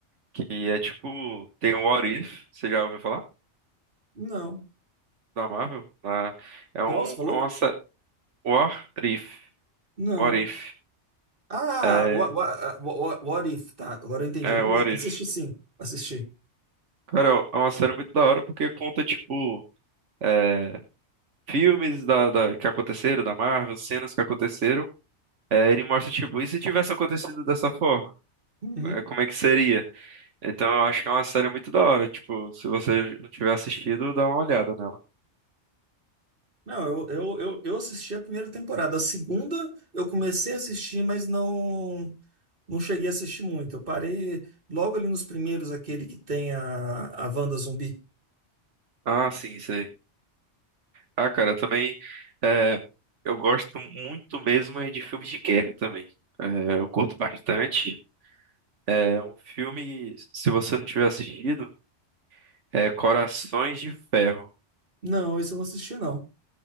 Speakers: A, on the right; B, on the right.
A: que é tipo, tem o What If, você já ouviu falar?
B: Não.
A: Da Marvel? Ah, é,
B: Qual
A: um,
B: você falou?
A: é uma série, What If,
B: Não.
A: What If.
B: Ah,
A: É,
B: What, What, What If, tá, agora eu entendi.
A: é,
B: Não,
A: What
B: eu
A: If.
B: assisti sim, assisti.
A: Cara, é uma série muito da hora porque conta, tipo, é, filmes da, da- que aconteceram, da Marvel, cenas que aconteceram. É, ele mostra, tipo, e se tivesse acontecido dessa forma?
B: Uhum.
A: É, como é que seria? Então eu acho que é uma série muito da hora. Tipo, se você não tiver assistido, dá uma olhada nela.
B: Não, eu, eu, eu, eu assisti a primeira temporada. A segunda eu comecei a assistir, mas não não cheguei a assistir muito. Eu parei logo ali nos primeiros, aquele que tem a, a Wanda zumbi.
A: Ah, sim, sei. Ah, cara, eu também. é, eu gosto muito mesmo é de filmes de guerra também. É, eu curto bastante. É um filme, se você não tiver assistido. É Corações de Ferro.
B: Não, esse eu não assisti, não.